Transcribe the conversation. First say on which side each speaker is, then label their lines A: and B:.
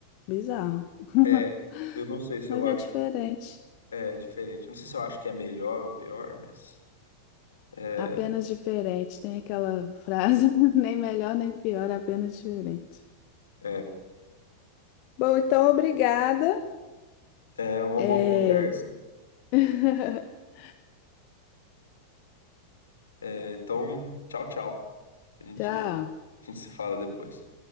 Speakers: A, on the left; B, on the left.
A: Bizarro. <laughs>
B: É, eu não sei se
A: Mas
B: eu acho
A: é diferente.
B: é, diferente. Eu não sei se eu acho que é melhor ou pior, mas é,
A: Apenas diferente. Tem aquela frase, <laughs> nem melhor nem pior, apenas diferente.
B: é,
A: Bom, então obrigada.
B: é uma
A: É...
B: boa conversa.
A: <laughs>
B: É, então, tchau, tchau. A gente,
A: Tchau.
B: a gente se fala depois.